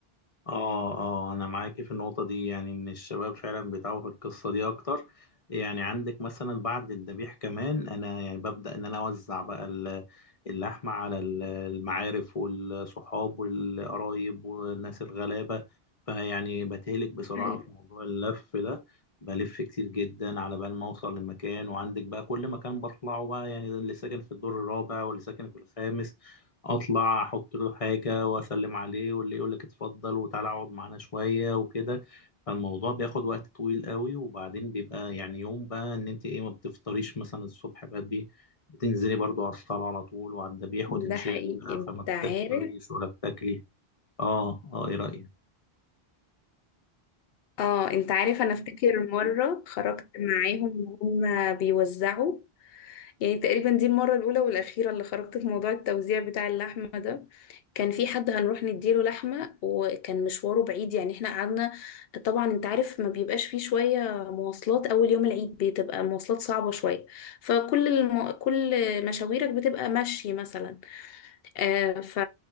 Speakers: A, on the left; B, on the left.
A: اه اه انا معاكي في النقطة دي يعني ان الشباب فعلا بيتعبوا في القصة دي اكتر يعني عندك مثلا بعد الذبيح كمان انا يعني ببدأ ان انا اوزع بقى ال- اللحمة على ال- المعارف والصحاب والقرايب والناس الغلابة فيعني بتهلك بسرعة
B: حقيقي
A: في موضوع اللف ده بلف كتير جدا على بال ما اوصل لمكان وعندك بقى كل مكان بطلعه بقى يعني ده اللي ساكن في الدور الرابع واللي ساكن في الخامس اطلع احط له حاجه واسلم عليه واللي يقول لك اتفضل وتعالى اقعد معانا شويه وكده فالموضوع بياخد وقت طويل قوي وبعدين بيبقى يعني يوم بقى ان انت ايه ما بتفطريش مثلا الصبح بدري بتنزلي برضو على الصلاه على طول وعلى الذبيح
B: ده
A: وتنشغلي
B: حقيقي
A: بقى
B: انت
A: فما بتفطريش
B: عارف
A: ولا بتاكلي اه اه ايه رايك
B: اه انت عارف انا افتكر مرة خرجت معاهم وهم بيوزعوا يعني تقريبا دي المرة الأولى والأخيرة اللي خرجت في موضوع التوزيع بتاع اللحمة ده كان في حد هنروح نديله لحمة وكان مشواره بعيد يعني احنا قعدنا طبعا انت عارف ما بيبقاش فيه شوية مواصلات أول يوم العيد بتبقى مواصلات صعبة شوية فكل الم... كل مشاويرك بتبقى مشي مثلا آه، ف...